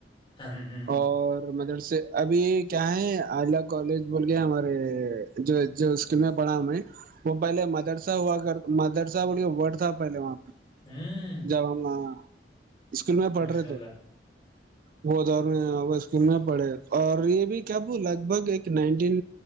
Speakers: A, on the left (about 30°); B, on the right (about 50°).
A: ہاں، ہوں، ہوں،
B: اور مدرس ابھی کیا ہے ائلہ کالج بول کے ہمارے جو اسکول میں پڑھا ہمیں وہ پہلے مدرسہ ہوا کر مدرسہ بول کے تھا پہلے وہاں پہ
A: ہوں،
B: جا <unintelligible> اسکول میں پڑھ
A: ماشاء
B: رہے
A: اللہ،
B: تو وہد میں اسکول میں پڑھے اور یہ بھی کیا ب لگ بھگ ایک نائنٹین